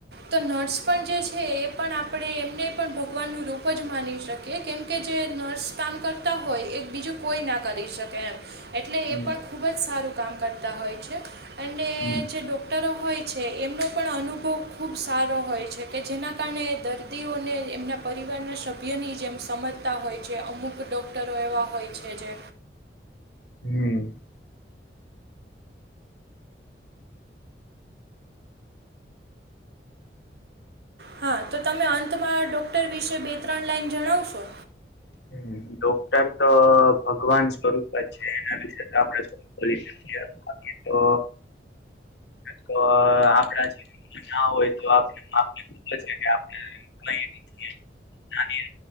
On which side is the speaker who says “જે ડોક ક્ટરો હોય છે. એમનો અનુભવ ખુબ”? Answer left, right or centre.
Right